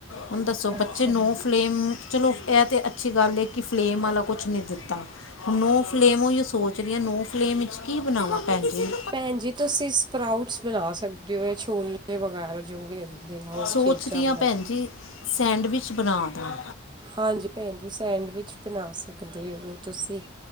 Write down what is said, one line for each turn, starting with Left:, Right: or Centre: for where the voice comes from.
Left: ਹੁਣ ਦੱਸੋ
Right: ਅੱਛਾ
Left: ਬੱਚੇ ਨੂੰੋ ਫਲੇਮ ਚਲੋ ਇਹ ਤਾਂ ਅੱਛੀ ਗੱਲ ਹੈ ਕਿ ਫਲੇਮ ਵਾਲਾ ਕੁਛ ਨਹੀਂ ਦਿੱਤਾ ਨੋ ਫਲੇਮ ਹੋਈ ਸੋਚ ਰਹੀ ਹਾਂ ਨੋ ਫਲੇਮ ਵਿੱਚ ਕੀ ਬਣਾਵਾਂ ਭੈਣ ਜੀ
Right: ਭੈਣ ਜੀ ਤੁਸੀਂ ਸਪਰਾਊਟਸ ਬਣਾ ਸਕਦੇ ਹੋ ਹੈ ਛੋਲੇ ਵਗੈਰਾ ਜੋ ਵੀ ਆ ਉਹ
Left: ਸੋਚਦੀ
Right: ਚੀਜ਼ਾਂ ਬਣਾ
Left: ਹਾਂ ਭੈਣ ਜੀ ਸੈਂਡਵਿਚ ਬਣਾ ਦਾਂ
Right: ਹਾਂਜੀ ਭੈਣ ਜੀ ਸੈਂਡਵਿਚ ਬਣਾ ਸਕਦੇ ਹੋ ਤੁਸੀਂ